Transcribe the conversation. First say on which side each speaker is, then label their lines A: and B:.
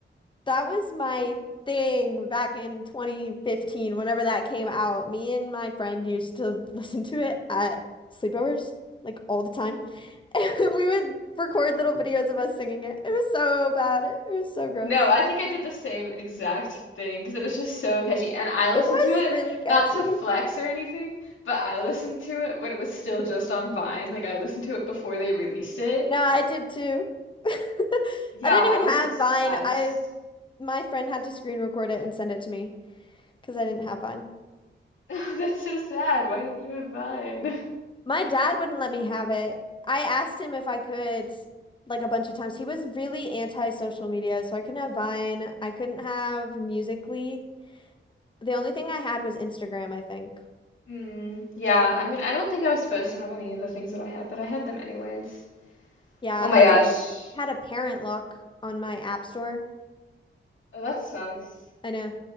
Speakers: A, on the left; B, on the left.
A: that was my thing back in 2015, whenever that came out. Me and my friend used to listen to it at sleepovers, like all the time. <laughs> And we would record little videos of us singing it. It was so bad. It was so gross.
B: No, I think I did the same exact thing because it was just so catchy. And I listened
A: It was
B: to it,
A: really catchy.
B: not to flex or anything, but I listened to it when it was still just on Vine. Like, I listened to it before they released it.
A: No, I did too. <laughs> I
B: Yeah,
A: didn't
B: I was
A: even have
B: obsessed.
A: Vine. I
B: <laughs>
A: my friend had to screen record it and send it to me because I didn't have Vine.
B: Oh, That's so sad. Why didn't you have Vine?
A: My dad wouldn't let me have it. I asked him if I could, like a bunch of times. He was really anti-social media, so I couldn't have Vine. I couldn't have Musical.ly. The only thing I had was Instagram, I think.
B: Mm, yeah, I mean, I don't think I was supposed to have any of the things that I had, but I had them anyways.
A: Yeah,
B: Oh my
A: I
B: gosh.
A: just had a parent lock on my app store.
B: Oh, that sucks.
A: I know.